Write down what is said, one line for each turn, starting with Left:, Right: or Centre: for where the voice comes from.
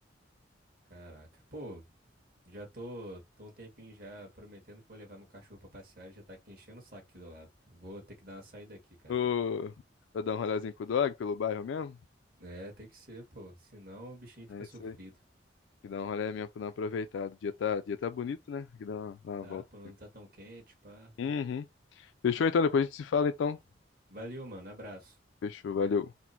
Right: Caraca. Pô, já tô, tô um tempinho já prometendo que vou levar meu cachorro pra passear, ele já tá aqui enchendo o saco aqui do lado. Vou ter que dar uma saída aqui, cara.
Left: Ô, Pra dar um rolezinho com o dog pelo bairro mesmo?
Right: É, tem que ser, pô. Senão o bichinho fica
Left: É isso
Right: sofrido.
Left: Que dá um rolê mesmo pra dar uma aproveitada. O dia tá, o dia tá bonito, né? Que dá uma, uma
Right: Tá?
Left: volta.
Right: Pô, não tá tão quente, pá.
Left: Uhum. Fechou então, depois a gente se fala então.
Right: Valeu, mano. Abraço.
Left: Fechou, valeu.